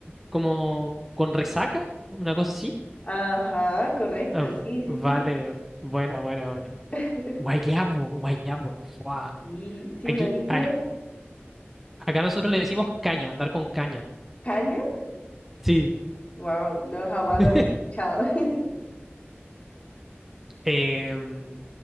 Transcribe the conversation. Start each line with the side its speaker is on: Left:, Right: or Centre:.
Centre: como con resaca? ¿Una cosa así?
Left: Ajá, correcto,
Centre: Ah,
Left: sí, sí,
Centre: Vale,
Left: sí.
Centre: buena, buena, buena.
Left: <laughs>
Centre: Guayabo, guayabo. fuá.
Left: Sí, si
Centre: Aquí,
Left: uno dice
Centre: a- acá nosotros le decimos caña, andar con caña.
Left: Caña,
Centre: Sí.
Left: wow, no, jamás
Centre: <laughs>
Left: lo había escuchado. <laughs>
Centre: Em,